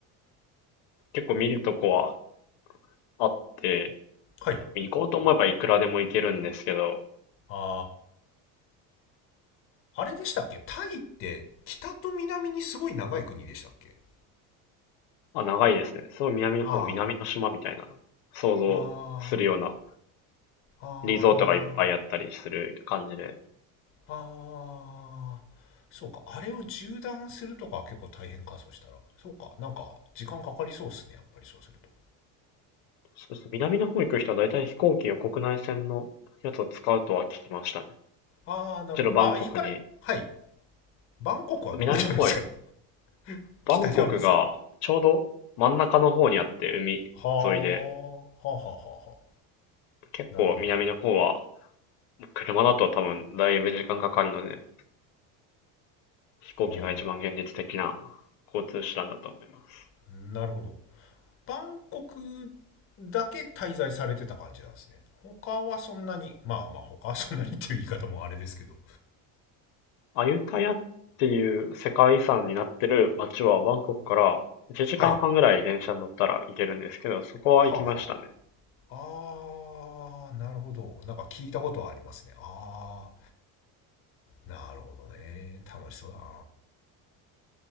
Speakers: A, on the left (about 80°); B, on the left (about 35°).
A: 結構見るとこはあって、
B: はい
A: 行こうと思えばいくらでも行けるんですけど、
B: あああれでしたっけタイって北と南にすごい長い国でしたっけ
A: あ、長いですね。すごい南の方、
B: あ
A: 南の島みたいな、想像するような、
B: ああああ
A: リゾートがいっぱいあったりする感じで。
B: あああそうかあれを縦断するとかは結構大変かそうしたらそうかなんか時間かかりそうっすねやっぱりそうすると
A: そうですね。南の方行く人は大体飛行機を国内線のやつを使うとは聞きましたね。
B: ああなるほどあ行かれはい
A: 一度バンコクに。
B: バンコクはどこにあるんですか
A: 南の方は、
B: <laughs>
A: バンコクがちょうど真ん中の方にあって、
B: 北にあるんですか
A: 海沿いで、
B: はあ、はあはあはあは
A: 結構南の方は、
B: あ。なるほど。
A: 車だと多分だいぶ時間かかるので、飛行機が一番現実的な
B: は
A: 交通手段だと思います。
B: あ、なるほど。バンコクだけ滞在されてた感じなんですね。他はそんなに、まあまあ他はそんなにっていう言い方もあれですけど。
A: アユタヤっていう世界遺産になってる街はバンコクから1時間半ぐらい電車に乗ったら行けるんですけど、
B: はい。
A: そこは行きましたね。
B: はあはあ。あー、なるほど。なんか聞いたことはありますね。あー、なるほどね。楽しそうだな。